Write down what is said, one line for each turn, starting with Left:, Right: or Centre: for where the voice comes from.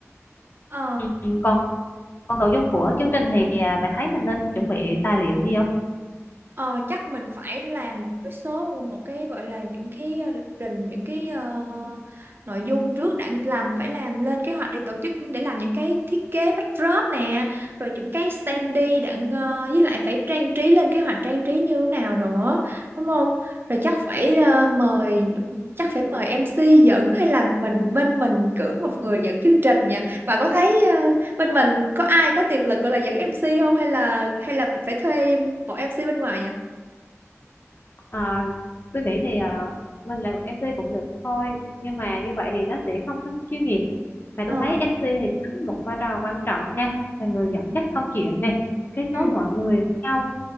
Right: ờ
Left: ừ, ừ, còn Còn nội dung của chương trình thì à, bạn thấy mình nên chuẩn bị tài liệu gì không?
Right: Ờ, chắc mình phải làm một cái số một cái gọi là những cái ờ, lịch trình những cái ờ, nội dung trước đã làm phải làm lên kế hoạch để tổ chức để làm những cái thiết kế backdrop nè rồi những cái standee đã ờ, với lại phải trang trí lên kế hoạch trang trí như thế nào nữa đúng không rồi chắc phải ờ, mời chắc phải mời MC dẫn hay là mình bên mình cử một người dẫn chương trình nha bà có thấy ờ, bên mình có ai có tiềm lực gọi là dẫn MC không hay là hay là mình phải thuê một MC bên ngoài nhỉ
Left: À, tôi nghĩ thì à, mình làm một MC cũng được thôi nhưng mà như vậy thì nó sẽ không có chuyên nghiệp mà
Right: ờ
Left: tôi thấy MC thì đóng một vai trò quan trọng nha là người dẫn dắt câu chuyện này kết
Right: ừ,
Left: nối mọi người với nhau